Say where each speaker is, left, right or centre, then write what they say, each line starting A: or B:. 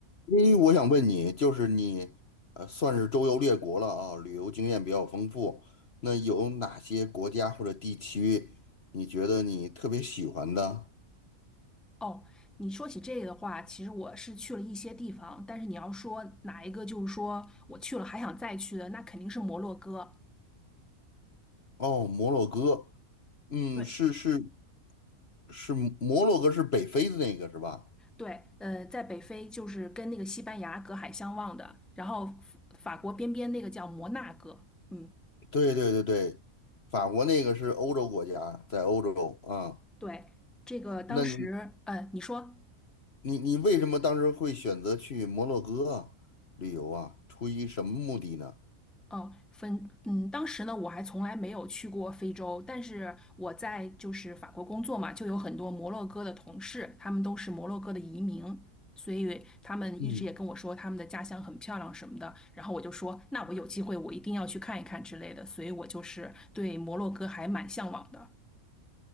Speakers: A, on the left; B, in the centre.
A: 诶，我想问你，就是你，呃，算是周游列国了啊，旅游经验比较丰富。那有哪些国家或者地区，你觉得你特别喜欢的？
B: 哦，你说起这个的话，其实我是去了一些地方，但是你要说哪一个，就是说我去了还想再去的，那肯定是摩洛哥。
A: 哦，摩洛哥，嗯，
B: 对，
A: 是是是，摩洛哥是北非的那个是吧？
B: 对，呃，在北非就是跟那个西班牙隔海相望的，然后法法国边边那个叫摩纳哥。嗯，
A: 对对对对，法国那个是欧洲国家，在欧洲啊。
B: 对，这个当时，
A: 那你
B: 呃，你说。
A: 你你为什么当时会选择去摩洛哥啊旅游啊？出于什么目的呢？
B: 哦，分，嗯，当时呢，我还从来没有去过非洲，但是我在就是法国工作嘛，就有很多摩洛哥的同事，他们都是摩洛哥的移民，所以他们一直也跟我说他们的家乡很漂亮什么的，
A: 嗯。
B: 然后我就说，那我有机会我一定要去看一看之类的，所以我就是对摩洛哥还蛮向往的。